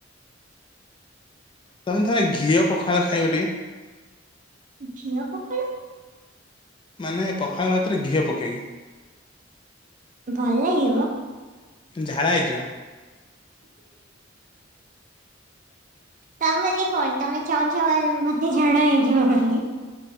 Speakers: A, on the left; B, on the right.
A: ତମେ ଥରେ ଘିଅ ପଖାଳ ଖାଇବ ଟିକେ?
B: ଘିଅ ପଖାଳ!
A: ମାନେ ପଖାଳ ଭାତରେ ଘିଅ ପକେଇକି।
B: ଭଲ ଲାଗିବ?
A: ଝାଡ଼ା ହେଇଯିବ।
B: ତା ବୋଲି କଣ, ତମେ ଚାହୁଁଚ ମତେ ଝାଡା ହେଇଯିବ ବୋଲି।